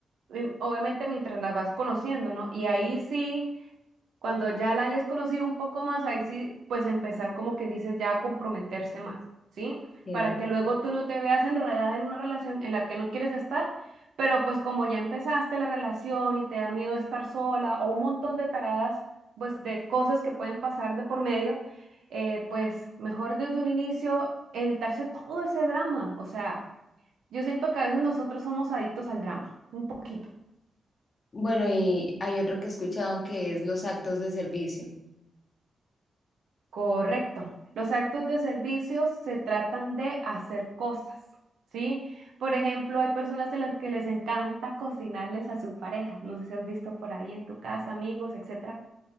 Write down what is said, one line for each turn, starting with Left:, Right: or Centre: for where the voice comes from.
Right: mm, obviamente mientras las vas conociendo, ¿no? Y ahí sí cuando ya la hayas conocido un poco más, ahí sí, pues empezar como quien dice ya a comprometerse más, ¿sí?
Left: Ok.
Right: Para que luego tú no te veas enredada en una relación en la que no quieres estar, pero pues como ya empezaste la relación y te da miedo estar sola o un montón de taradas, pues de cosas que pueden pasar de por medio, eh, pues mejor desde un inicio evitarse todo ese drama. O sea, yo siento que a veces nosotros somos adictos al drama, un poquito.
Left: Bueno, y hay otro que he escuchado que es los actos de servicio.
Right: Correcto. Los actos de servicio se tratan de hacer cosas, ¿sí? Por ejemplo, hay personas a las que les encanta cocinarles a su pareja. No sé si has visto por ahí en tu casa, amigos, etcétera.